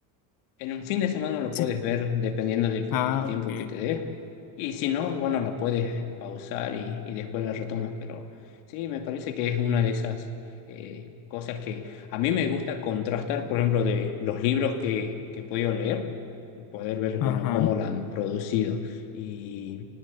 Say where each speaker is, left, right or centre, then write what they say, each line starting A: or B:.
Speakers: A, on the left; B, on the left.
A: En un fin de semana lo
B: Sí.
A: puedes ver dependiendo del,
B: Ah,
A: del tiempo
B: ok.
A: que te dé. Y si no, bueno, lo puedes pausar y, y después lo retomas. Pero sí, me parece que es una de esas eh, cosas que a mí me gusta contrastar, por ejemplo, de los libros que, que he podido leer, y poder ver, bueno,
B: Ajá,
A: cómo la han producido. Y,